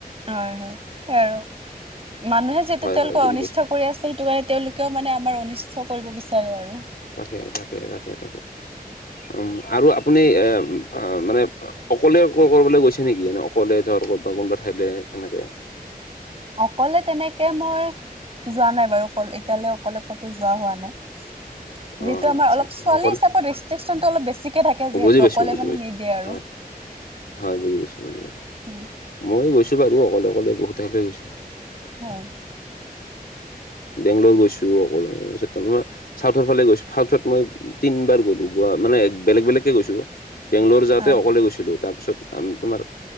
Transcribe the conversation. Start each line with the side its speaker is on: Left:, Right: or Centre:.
Right: হয় হয় সেইয়া আৰু মানুহে যেতিয়া
Left: হয়
Right: তেওঁলোকক
Left: হয় বুজি
Right: অনিষ্ট
Left: পাইছো
Right: কৰি আছে সেইটো কাৰণে তেওঁলোক- কিয় মানে আমাৰ অনিষ্ট কৰিব বিচাৰে আৰু।
Left: তাকে তাকে তাকে তাকে উ আৰু আপুনি এ মানে অকলে ক কৰবলে গৈছে নেকি এনে অকলে ধৰ কবা কোনোবা ঠাইলে তেনেকে।
Right: অকলে তেনেকে মই যোৱা নাই বাৰু ক এতিয়ালে অকলে ক'তো যোৱা হোৱা নাই। যিটো
Left: অ
Right: আমাৰ
Left: আচ্ছা
Right: অলপ
Left: আচ্ছা
Right: ছোৱালী
Left: অকলে
Right: হিচাপত ৰেষ্ট্ৰিকচনটো অলপ বেছিক- কে থাকে যিহেতু
Left: বুজি পাইছো
Right: অকলে
Left: বুজি
Right: মানে
Left: পাইছো
Right: নিদিয়ে আৰু।
Left: হয় হয় বুজি পাইছো বুজি পাইছো
Right: উম,
Left: মই গৈছো বাৰু অকলে অকলে বহু ঠাইলৈ গৈছোঁ।
Right: হয়।
Left: বেংগলৰ গৈছো অকলে তাৰ পিছত তামানে চাউথৰ ফালে গৈছো চাউথত মই তিন বাৰ গ'লো গোৱা মানে বেলেগ বেলেগ গৈছো বেংগলৰ যাওঁতে
Right: হয়,
Left: অকলে গৈছিলো তাৰপিছত তোমাৰ